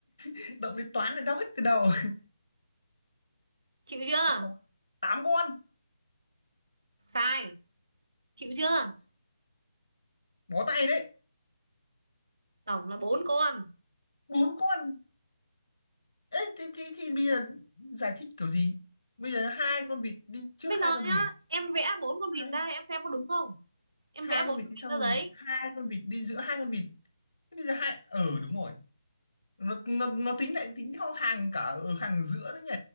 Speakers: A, on the left (about 80°); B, on the right (about 75°).
A: <laughs> động đến toán là đau hết cái đầu
B: chịu chưa
A: <laughs> khó. tám con
B: sai chịu chưa
A: bó tay đấy
B: tổng là bốn con
A: bốn con Ê, thì, thì, thì bây giờ giải thích kiểu gì bây giờ hai con vịt đi trước
B: bây
A: hai
B: giờ
A: con
B: nhá
A: vịt
B: em vẽ bốn con vịt
A: hai
B: ra em xem có đúng không em
A: hai
B: vẽ
A: con
B: bốn
A: vịt
B: con
A: đi
B: vịt
A: sau
B: ra
A: xong
B: giấy
A: rồi hai con vịt đi giữa hai con vịt Thế bây giờ hai ờ đúng rồi nó nó nó tính lại tính theo hàng cả ở hàng giữa đấy nhỉ